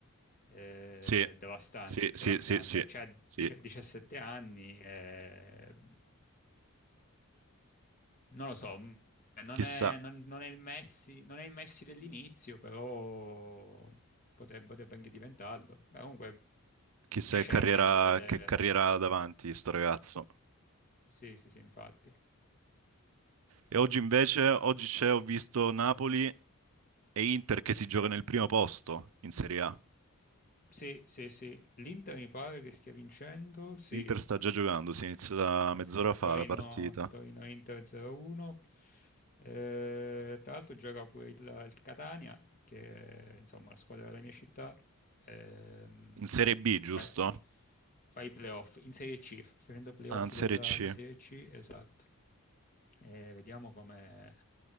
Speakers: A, on the left; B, on the right.
A: eh,
B: Sì,
A: devastante,
B: sì, sì,
A: devastante,
B: sì, sì,
A: cioè
B: sì.
A: 17 anni, eh, Non lo so, mh, non
B: Chissà,
A: è, non- non è il Messi, non è il Messi dell'inizio, però potrebbe, potrebbe anche diventarlo. Beh, comunque
B: chissà
A: piacevole,
B: che carriera,
A: ecco, vedere.
B: che carriera ha davanti sto ragazzo.
A: Sì, sì, sì, infatti.
B: E oggi invece, oggi c'è, ho visto Napoli e Inter che si gioca nel primo posto in Serie A.
A: Sì, sì, sì. L'Inter mi pare che stia vincendo, sì.
B: L'Inter sta già giocando, si inizia da mezz'ora
A: Sì,
B: fa
A: Torino,
B: la partita.
A: Torino-Inter 0-1. Eh, tra l'altro gioca pure il, il Catania, che è insomma la squadra della mia città, ehm,
B: In Serie B, giusto?
A: fa, fa i playoff in Serie C, sta facendo playoff
B: Ah, in Serie
A: della,
B: C.
A: di Serie C, esatto. E vediamo come,